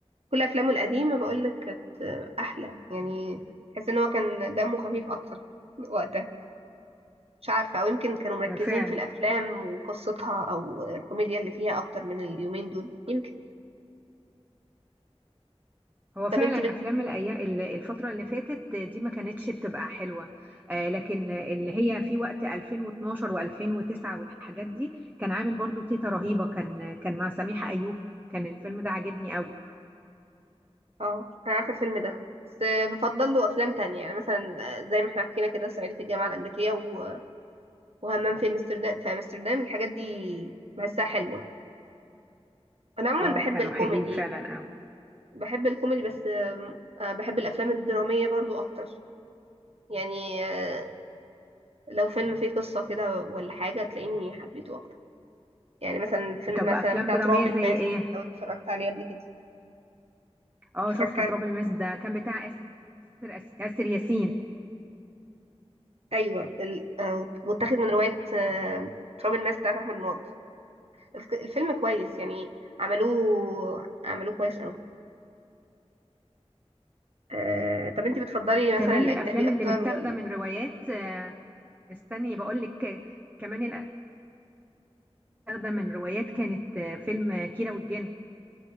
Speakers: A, on the right; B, on the right.
A: كل افلامه القديمه بقول لك كانت احلى يعني تحس ان هو كان دمه خفيف اكتر وقتها مش عارفه او يمكن كانوا مركزين
B: آه، فعلا
A: في الافلام وقصتها او الكوميديا اللي فيها اكتر من اليومين دول يمكن
B: هو
A: طب
B: فعلا
A: انت بت...
B: افلام الايام الفتره اللي فاتت دي ما كانتش بتبقى حلوه آه، لكن اللي هي في وقت 2012 و2009 والحاجات دي كان عامل برضو تيتا رهيبه كان كان مع سميحه ايوب كان الفيلم ده عاجبني قوي
A: اه انا عارفه الفيلم ده بس بفضل له افلام تانية يعني مثلا زي ما احنا حكينا كده صعيدي في الجامعه الامريكيه و... وهمام في امستردام في امستردام الحاجات دي بحسها حلوه انا عموما
B: اه
A: بحب
B: كانوا
A: الكوميدي
B: حلوين فعلا قوي
A: بحب الكوميدي بس آه، بحب الافلام الدراميه برضو اكتر يعني آه، لو فيلم فيه قصة كده ولا حاجة تلاقيني حبيته أكتر يعني مثلا فيلم
B: طب
A: مثلا
B: افلام
A: بتاع
B: دراميه
A: تراب
B: زي
A: الماس
B: ايه
A: لو اتفرجت عليه قبل كده
B: اه
A: اتفرجت
B: شفت
A: عليه
B: تراب الماس ده كان بتاع آسر آس- آسر ياسين
A: أيوة ال... آه، واتاخد من رواية آه، تراب الماس بتاعت أحمد مراد الف- الفيلم كويس يعني عملوه عملوه كويس أوي أه... طب انت بتفضلي مثلا
B: كمان
A: الأجنبي
B: الافلام
A: أكتر
B: اللي متاخده
A: ولا
B: من روايات آه، استني بقول لك آه، كمان اللي متاخده من روايات كانت آه، فيلم كيرة والجن